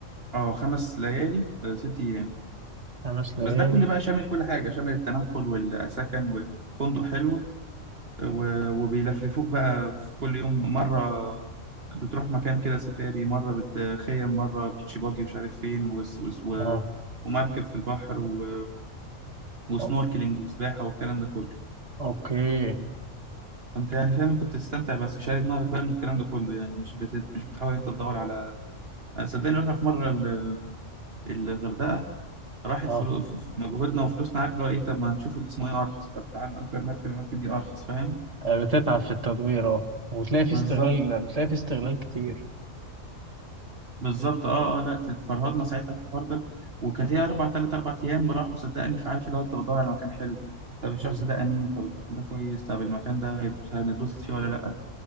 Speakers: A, on the right; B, on the right.
A: اه خمس ليالي آه، ست أيام
B: خمس ليالي
A: بس ده كل بقى شامل كل حاجة شامل التنقل والسكن وفندق حلو آه، و- وبيلفلفوك بقى في كل يوم مرة بتروح مكان كده سفاري مرة بتخيم مرة بيتش باجي مش عارف فين وس وس و...
B: اه
A: ومركب في البحر و... وسنوركلينج
B: أو-
A: وسباحة والكلام ده كله
B: اوكي
A: انت يعني فاهم انت بتستمتع بس شاري دماغك بقى من الكلام ده كله يعني مش بت... مش بتحاول انت تدور على أنا صدقني رحنا في مره ال... الغردقه راحت
B: اه
A: فلو... في في مجهودنا وفلوسنا عارف اللي هو ايه طب ما نشوف اللي اسمه ايه ارخص طب تعال نأجر مركب المركب دي ارخص فاهم
B: آه، بتتعب في التدوير اه وبتلاقي في
A: بالظبط
B: استغلال بتلاقي في استغلال كتير
A: بالظبط اه اه لا فرهدنا ساعتها في الحوار ده وكانت هي اربع تلات اربع ايام راحوا صدقني فعارف اللي هو انت بتدور على مكان حلو طب الشخص
B: مم.
A: ده امين طب الشخص ده كويس طب المكان ده هيت- هنتبسط فيه ولا لا